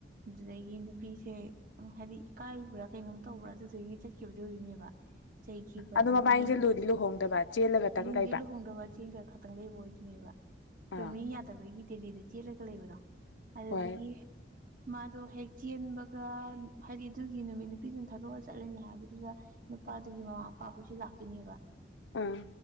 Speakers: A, on the right; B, on the left.
A: ꯑꯗꯨꯗꯒꯤ ꯅꯨꯄꯤꯁꯦ ꯎ ꯍꯥꯏꯗꯤ ꯏꯀꯥꯏꯒꯤꯕ꯭ꯔꯥ ꯀꯩꯅꯣꯝ ꯇꯧꯕ꯭ꯔꯥ ꯑꯗꯨꯗꯒꯤ ꯆꯠꯈꯤꯕꯗꯨ ꯑꯣꯏꯗꫭꯏꯅꯦꯕ ꯆꯩꯈꯤꯕ
B: ꯑꯗꯣ
A: ꯑꯗꯨꯗꯤ
B: ꯃꯕꯥꯏꯅꯤꯁꯦ ꯂꯨꯗꯤ ꯂꯨꯍꯣꯡꯗꯕ ꯆꯦꯜꯂꯒꯇꯪ
A: ꯂꯨꯗꯤ
B: ꯂꯩꯕ
A: ꯂꯨꯍꯣꯡꯗꯕ ꯆꯦꯡꯒ ꯈ ꯈꯇꯪ ꯂꯩꯕ ꯑꯣꯏꯗꯣꯏꯅꯦꯕ
B: ꯑꯥ
A: ꯐꯦꯂꯤ ꯌꯥꯗꯕꯒꯤ ꯗꯦꯜꯂꯤꯗ ꯆꯦꯜꯂꯒ ꯂꯩꯕꯗꯣ ꯑꯗꯨꯗꯒꯤ
B: ꯍꯣꯏ
A: ꯃꯥꯗꯨ ꯍꯦꯛ ꯆꯟꯕꯒ ꯍꯥꯏꯗꯤ ꯑꯗꯨꯒꯤ ꯅꯨꯃꯤꯠ ꯅꯨꯄꯤꯗꯨꯅ ꯊꯥꯗꯣꯛꯑ ꯆꯠꯂꯅꯤ ꯍꯥꯏꯕꯗꯨꯗ ꯅꯨꯄꯥꯗꯨꯒꯤ ꯃꯃꯥ ꯃꯄꯥ ꯍꯣꯏꯁꯨ ꯂꯥꯛꯇꯣꯏꯅꯦꯕ
B: ꯑꯥ